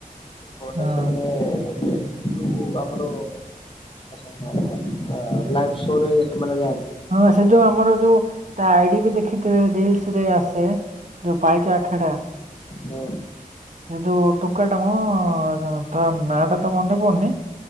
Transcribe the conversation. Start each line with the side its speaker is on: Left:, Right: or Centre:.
Left: <unintelligible>
Right: ହଁ
Left: ସେମାନେ। <unintelligible> ସେ ଯୋଉ ଆମର <unintelligible> ଲାଇଫ୍ ଶୋରେ ସେମାନେ ଯାଆନ୍ତି।
Right: ହଁ ସେ ଯୋଉ ଆମର ଯୋଉ ତା ଆଇଡି ବି ଦେଖିଥିବେ ରିଲ୍ସ ରେ ଆସେ। ଯୋଉ ପାଇକ ଆଖେଡା।
Left: ହଁ।
Right: ସେ ଯୋଉ ଟୋକାଟା ମ ତା ନାଁ ଟା ତ ମନେ ପଡୁନି।